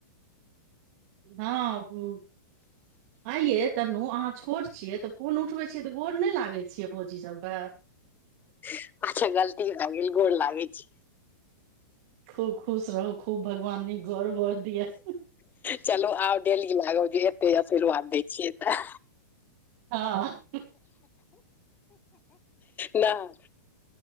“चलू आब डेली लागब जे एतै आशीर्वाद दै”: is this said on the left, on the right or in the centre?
Left